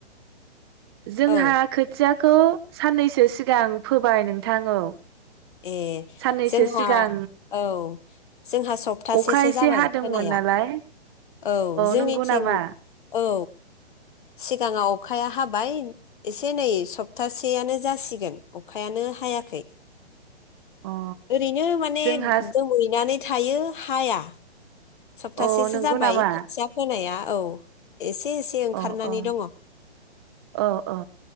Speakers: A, on the right (about 20°); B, on the left (about 50°).
A: जोंहा
B: औ
A: खोथियाखौ साननैसो सि गां फोबाय नोंथां औ
B: ए
A: साननैसो
B: जोंहा
A: सिगां
B: औ जोंहा सप्तासेसो
A: अखा एसे
B: जाबाय
A: हादोंमोन
B: फोनाया
A: नालाय
B: औ जोंनिथिं
A: नंगौ नामा
B: औ सिगाङाव अखाया हाबाय एसे नै सप्तासेयानो जासिगोन अखायानो हायाखै
A: अ
B: ओरैनो माने
A: जोंहा
B: दोमैनानै थायो हाया सप्तासेसो
A: अ नंगौ
B: जाबाय
A: नामा
B: खोथिया फोनाया औ एसे एसे ओंखारनानै
A: अ अ
B: दङ
A: औ औ